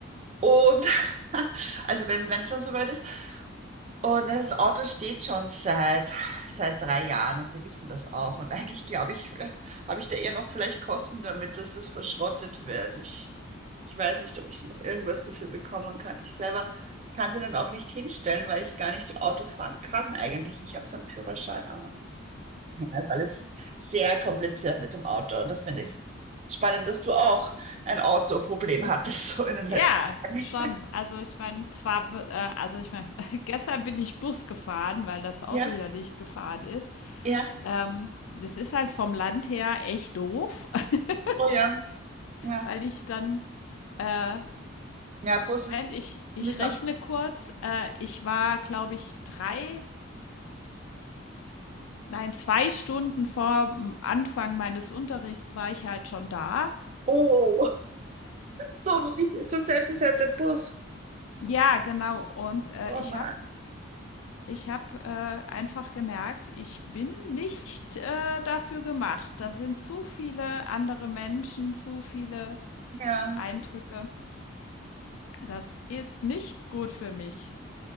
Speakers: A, on the right; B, on the left.
A: Und <laughs> also wenn es dann soweit ist, und das Auto steht schon seit, seit drei Jahren und die wissen das auch. Und eigentlich glaube ich, <laughs> habe ich da eher noch vielleicht Kosten damit, dass es verschrottet wird. Ich, ich weiß nicht, ob ich noch irgendwas dafür bekommen kann. Ich selber kann sie dann auch nicht hinstellen, weil ich gar nicht Auto fahren kann eigentlich. Ich habe so einen Führerschein, aber ja, ist alles sehr kompliziert mit dem Auto. Und da finde ich es spannend, dass du auch ein Autoproblem hattest, so in den letzten
B: Ja,
A: Tagen.
B: schon. Also ich meine, zwar, be- äh, also ich meine, <laughs> gestern bin ich Bus gefahren, weil das Auto
A: Ja,
B: ja nicht gefahren ist.
A: ja,
B: Ähm, das ist halt vom Land her echt doof, <laughs>
A: oh ja, ja.
B: weil ich dann, äh,
A: Ja, Bus ist.
B: Moment, ich, ich
A: mit
B: rechne kurz, äh, ich war, glaube ich, drei Nein, 2 Stunden vorm Anfang meines Unterrichts war ich halt schon da.
A: Oh, so wenig, so selten fährt der Bus.
B: Ja, genau. Und, äh,
A: Oh
B: ich
A: Mann,
B: habe ich habe, äh, einfach gemerkt, ich bin nicht, äh, dafür gemacht. Da sind zu viele andere Menschen, zu viele
A: ja,
B: Eindrücke. Das ist nicht gut für mich.